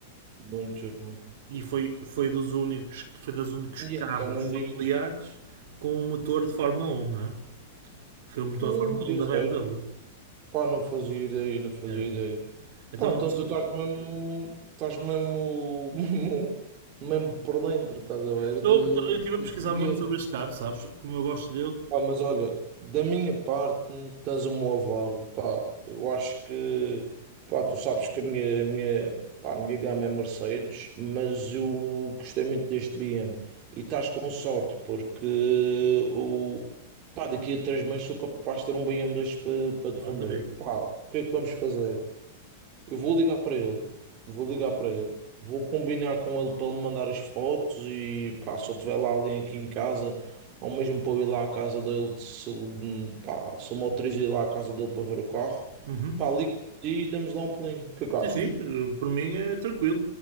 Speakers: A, on the right; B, on the right.
A: Muito bom.
B: E foi, foi dos únicos, foi dos únicos
A: E
B: carros
A: então não digas.
B: familiares com um motor de Fórmula 1, não é? Foi o motor
A: Hum,
B: de Fórmula
A: eu
B: 1 da
A: sei.
B: BMW.
A: Pá, não fazia ideia, não fazia
B: Yeah.
A: ideia.
B: Então,
A: Pô, então
B: sim.
A: tu estás mesmo, estás mesmo, <laughs> mesmo, mesmo por dentro, estás a ver?
B: Então,
A: De,
B: porque eu estive a pesquisar
A: de clientes.
B: muito sobre este carro, sabes? Como eu gosto dele.
A: Pá, mas olha, da minha parte, tens o meu aval, pá. Eu acho que, pá, tu sabes que a minha, a minha, pá, a minha gama é Mercedes, mas eu gostei muito deste BM. E estás com sorte, porque o, pá, daqui a três meses sou capaz de ter um BM2 para para te
B: Pronto,
A: vender.
B: amigo.
A: Pá, o que é que vamos fazer? Eu vou ligar para ele, vou ligar para ele, vou combinar com ele para ele mandar as fotos e pá, se eu tiver lá alguém aqui em casa, ou mesmo para eu ir lá à casa dele, se, ele, hum, pá, se eu me autorizo a ir lá à casa dele para ver o carro,
B: Uhum.
A: pá, ligo para ti e damos lá um pulinho. O que é que achas?
B: Sim, sim, eh, por mim é tranquilo.